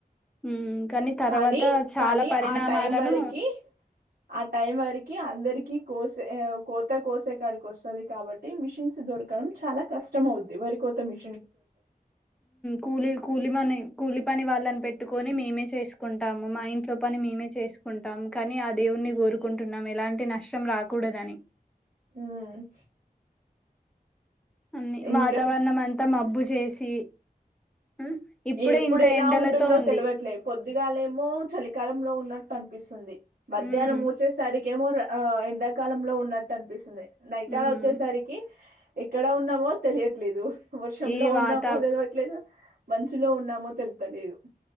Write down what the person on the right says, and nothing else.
కానీ
కానీ
ఆ టైం వరకి ఆ టైం వరకి అందరికి కోసే కోత కోసే వస్తుంది కాబట్టి మిషన్స్ దొరకడం చాలా కష్టం అవుద్ది వరి కోత మీ
ఉమ్
ఇంకా
ఎప్పుడు
ఎలా
ఉంటుందో
తేలవట్లే పొద్దుగాల ఏమో చలికాలంలో ఉన్న అనిపిస్తుంది మధ్యాహ్నం
వచ్చేసరికేమో ఆ ఎండాకాలంలో ఉన్నట్టు అనిపిస్తుంది నైట
అలా వచ్చేసరికి ఎక్కడ ఉన్నామో తెలియట్లేదు వర్షంలో
ఉన్నామో తెలవట్లేదు మంచులో ఉన్నామో తెలువట్లేదు